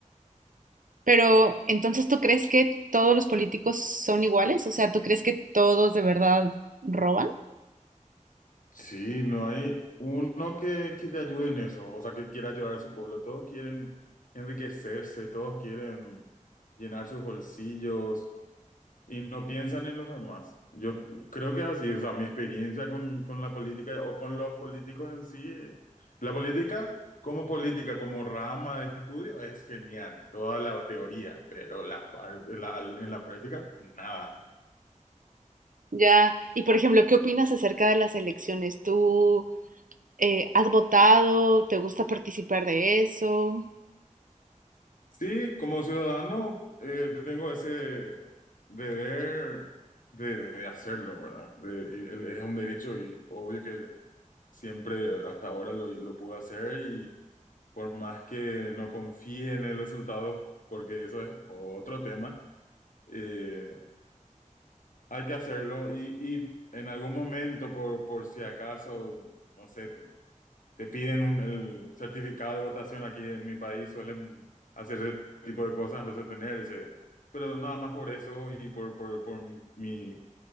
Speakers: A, on the right; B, on the left.
A: Pero entonces, ¿tú crees que todos los políticos son iguales? O sea, ¿tú crees que todos de verdad roban?
B: Sí, no hay uno que, que te ayude en eso, o sea, que quiera ayudar a su pueblo. Todos quieren enriquecerse, todos quieren llenar sus bolsillos, Y no piensan en los demás. Yo creo que es así, o sea, mi experiencia con, con la política o con los políticos en sí, eh, la política como política, como rama de estudio, es genial, toda la teoría, pero la, par- la- en la práctica, nada.
A: Ya. Y por ejemplo, ¿qué opinas acerca de las elecciones? ¿Tú eh, has votado? ¿Te gusta participar de eso?
B: Sí, como ciudadano eh, tengo ese deber de, de hacerlo, ¿verdad? De- y el- es un derecho y obvio que siempre hasta ahora lo, lo pude hacer y por más que no confíe en el resultado, porque eso es otro tema, eh, hay que hacerlo y, y en algún momento, por, por si acaso, no sé, te piden un- el certificado de votación aquí en mi país, suelen hacer ese tipo de cosas, entonces tener ese, pero nada más por eso y por, por, por mi, mi,